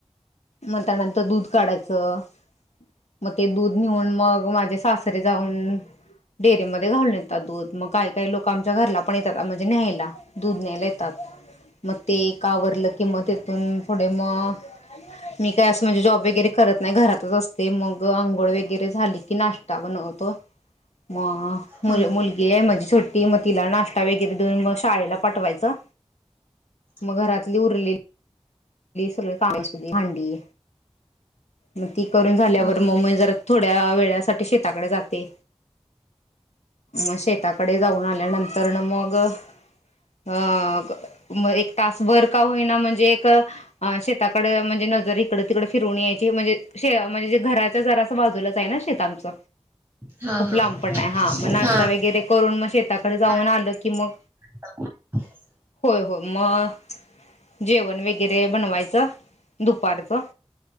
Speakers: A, on the left; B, on the right.
A: मग त्यानंतर दूध काढायचं मग ते दूध नऊन मग माझे सासरे जाऊन डेरीमध्ये घालून येतात दूध मग काय काय लोक आमच्या घरला पण येतात म्हणजे न्यायला दूध न्यायला येतात मग ते का आवरलं की मग तेथून पुढ मग मी काय असं म्हणजे जॉब वगैरे करत नाही घरातच असते मग आंघोळ वगैरे झाली की नाश्ता बन खप मग मु
B: हं
A: मुलगी आहे म्हझी छोटी मग तिला नाश्ता वगैरे देऊन मग शाळेला पाठवायचं
B: <inaudible>
A: मग घरातली उरलेली सग भांडी मग ती करून झाल्यावर
B: हां
A: म जरा थोड थड्या वेळासाठीठी शेताकडे जाते म शेताकडे जाऊन आल्यानंतर न मग अ म एक तास वर का होईना म्हणजे श म्हणजे नजर इतडे फिरवून यायची म्हणजे घराच्या जरा जूलाच ना शेत आच
B: हां
A: खूप
B: हां
A: लांबपण आहे हा मग नाश्ता
B: हां
A: वगैरे करून मग शेताकडे जाऊन
B: हां
A: आलं की मग
B: <inaudible>
A: होय हो मग जेवण वेग वरे बनवायच दुपारच